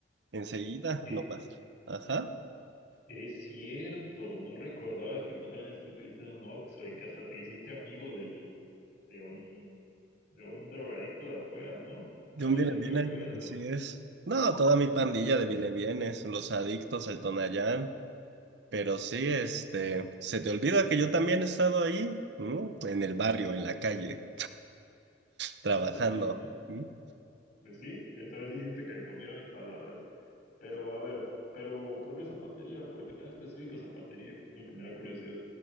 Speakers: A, on the right; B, on the left.
A: Enseguida,
B: Eh,
A: nomás. Ajá.
B: es cierto, no recordaba que tú también estuviste en un Oxxo y que hasta te hiciste amigo del, de un, de un drogadicto de afuera, ¿no?
A: De
B: Algo
A: un viene,
B: así recuerdo.
A: viene, así es. No, toda mi pandilla de viene, vienes, los adictos, el Tonayán. Pero sí, este, se te olvida que yo también he estado ahí, ¿no? En el barrio, en la calle, trabajando.
B: No, pues sí. eh.
A: ¿Mm?
B: Pues sí, esta vez hiciste que comiera mis palabras. Pero a ver, pero ¿por qué zapatería? ¿Por qué en específico zapatería? Es lo que me da curiosidad.